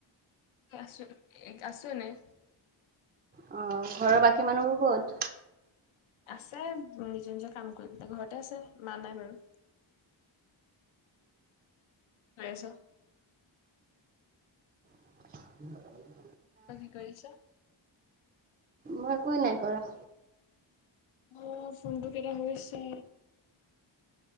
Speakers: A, on the left; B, on the right.
A: আছো আছো এনেই।
B: <unintelligible>
A: আছে নিজৰ নিজৰ কাম কৰি পেলাই ঘৰতে আছে মা নাই বাৰু। কৈ আছ।
B: <inaudible>
A: তই কি কৰিছ?
B: মই একোৱো নাই কৰা।
A: অ' ফোনটো কেইটা হৈছে।